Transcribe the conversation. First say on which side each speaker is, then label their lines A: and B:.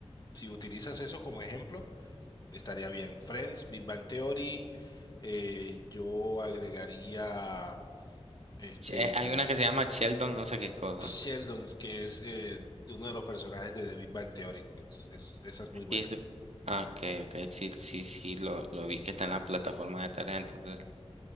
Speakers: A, on the left; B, on the right.
A: Si utilizas eso como ejemplo, estaría bien. Friends, Big Bang Theory, eh, yo agregaría este
B: Che- Hay una que se llama Sheldon, no sé qué cosa.
A: Sheldon, que es eh, uno de los personajes de The Big Bang Theory. Es- es- esa es muy buena.
B: Sí, eso ah, ok, ok, sí, sí, sí, lo, lo vi que está en la plataforma de tarea, entonces,